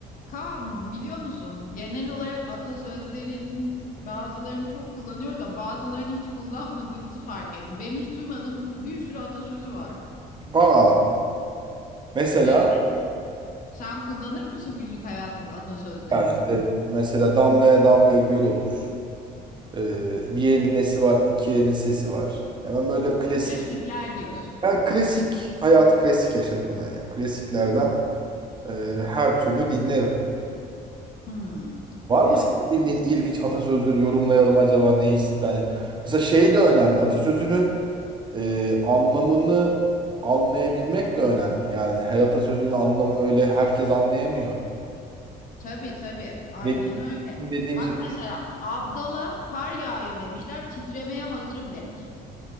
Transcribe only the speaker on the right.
Aa, mesela
ya işte mesela damlaya damlaya göl olur. Ee, bir elin nesi var, iki elin sesi var. Hemen böyle klasik.
Ben klasik hayatı klasik yaşarım ben yani. Klasiklerden e, her türlü dinlerim.
Var
mı senin bildiğin ilginç atasözleri yorumlayalım acaba ne ist- yani mesela şey de önemli. Atasözünün e, anlamını anlayabilmek de önemli. Yani her atasözünün anlamı öyle herkes anlayamıyor.
Benim
dediğim
şey